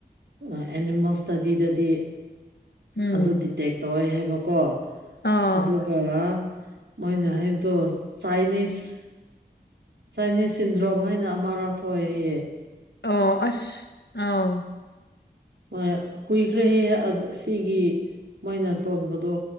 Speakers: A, on the right (about 85°); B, on the left (about 75°).
A: ꯑ ꯑꯦꯅꯤꯃꯦꯜ ꯏꯁꯇꯥꯗꯤꯗꯗꯤ
B: ꯎꯝ
A: ꯑꯗꯨ ꯗꯤꯇꯦꯛ ꯇꯧꯋꯦ ꯍꯥꯏꯕꯀꯣ
B: ꯑ
A: ꯑꯗꯨꯒ ꯃꯣꯏꯅ ꯍꯥꯏꯗꯣ ꯆꯥꯏꯅꯤꯁ ꯆꯥꯏꯅꯤꯁ ꯁꯤꯟꯗ꯭ꯔꯣꯝ ꯍꯥꯏꯅ ꯑꯃꯔꯥꯛ ꯊꯣꯛꯑꯦꯌꯦ
B: ꯑꯣ ꯑꯁ ꯑꯧ
A: ꯍꯣꯏꯑ ꯀꯨꯏꯈ꯭ꯔꯦꯍꯦ ꯑꯗꯨ ꯑꯁꯤꯒꯤꯒꯤ ꯃꯣꯏꯅ ꯇꯣꯟꯕꯗꯣ